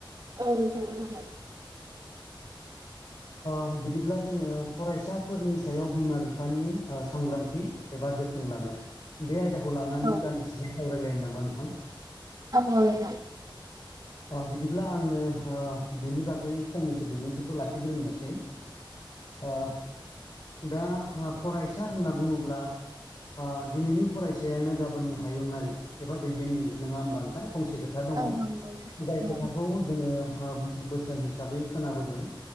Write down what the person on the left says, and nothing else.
ओ बिदिब्ला जोङो फरायसाफोरनि सायाव बिमा बिफानि ओ सांग्रांथि एबा जोथोन लानाय बे आयदाखौ लानानैनो
दान्दिसेस सावरायलायनो नामा नोंथां
ओ बिदिब्ला आंनो हो बिनि बागै फंनैसो बिबुंथिखौ लाखि खिग्रोनोसै ओ दा फरायसा होनना बुङोब्ला ओ दिनैनि फरायसायानो गाबोननि हायुङारि एबा दैदेनगिरि नोङा होमबा नोंथां फंसे खोथा दङ
जाय खोथाखौ
जोङो हो बोसोन हिसाबै खोनाबोदों